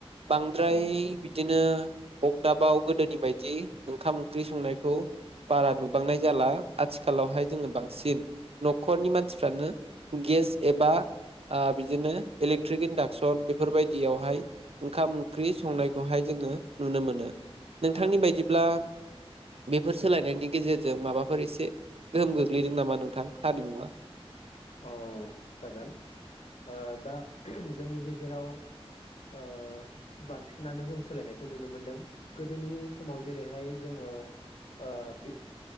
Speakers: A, on the right; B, on the left.
A: बांद्राय
B: औ नंगौ
A: बिदिनो। अगदाबाव गोदोनि बायदि ओंखाम-ओंख्रि संनायखौ बारा नुबांनाय जाला। आथिखालावहाय
B: औ
A: जोङो बांसिन न'खरनि मानसिफ्रानो गेस एबा। आ बिदिनो इलेक्ट्रिक इन्डाक्सन बेफोरबायदियावहाय ओंखाम ओंख्रि संनायखौहाय जोङो। नुनो मोनो नोंथांनि
B: औ
A: बायदिब्ला।
B: नंगौ
A: बेफोर सोलायनायनि गेजेरजों माबाफोर इसे। गोहोम गोग्लैदों नामा नोंथां हारिमुआ?
B: अ! जागोन। ओ दा जोंनि गेजेराव। ओ बांसिनानो जों सोलायनायखौ नुनो मोनदों गोदोनि समाव जेरैहाय जोङो। ओ-ओ बे।